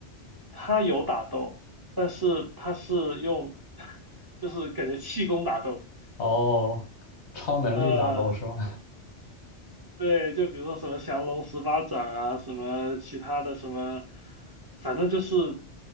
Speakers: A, on the right (about 35°); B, on the left (about 75°).
A: 他有打斗，但是他是用 <laughs> 就是感觉气功打斗，
B: 哦，超能力打斗是吗？
A: 呃。对，就比如说什么降龙十八掌啊，什么其他的什么，反正就是